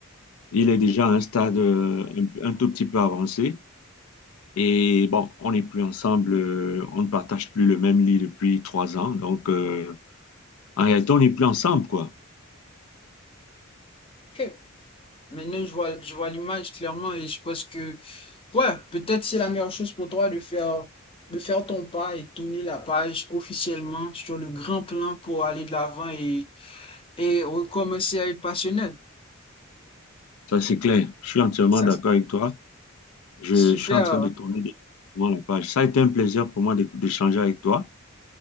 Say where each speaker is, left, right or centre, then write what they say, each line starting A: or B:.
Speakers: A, on the left; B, on the left.
A: Il est déjà à un stade euh, un, un tout petit peu avancé. Et bon, on n'est plus ensemble. euh, on ne partage plus le même lit depuis trois ans. Donc, euh, en réalité, on n'est plus ensemble, quoi.
B: ok. Maintenant, je vois, je vois l'image clairement et je pense que, ouais, peut-être c'est la meilleure chose pour toi de faire, de faire ton pas et tourner la page officiellement sur le grand plan pour aller de l'avant et, et recommencer à être passionnel.
A: Ça, c'est clair. Je suis entièrement
B: Ça,
A: d'accord
B: c'est
A: avec toi. Je,
B: super.
A: je suis en train de tourner définitivement la page. Ça a été un plaisir pour moi d'é- d'échanger avec toi.